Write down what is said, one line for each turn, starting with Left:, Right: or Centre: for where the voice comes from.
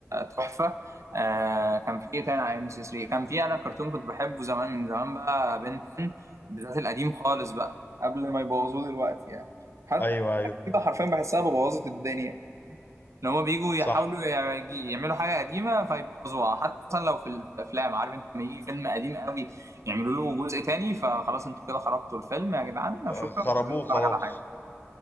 Right: تحفة آه كان في إيه تاني على ام سي 3 كان في انا كرتون كنت بحبه زمان من زمان بقى بنتن بالذات القديم خالص بقى قبل ما يبوظوه دلوقتي يعني حتى
Left: أيوه
Right: أي
Left: أيوه
Right: حاجة جديدة حرفيا بحسها بوظت الدنيا لو هما بيجوا يحاولوا
Left: صح
Right: يعج- يعملوا حاجة قديمة فيبوظوها حتى مثلا لو في الأفلام عارف أنت لما يجي فيلم قديم قوي يعملوا له جزء تاني فخلاص أنتوا كده خرجتوا الفيلم يا جدعان
Left: آه،
Right: وشكرا
Left: خربوه
Right: مش عايزين نتفرج
Left: خلاص
Right: على حاجة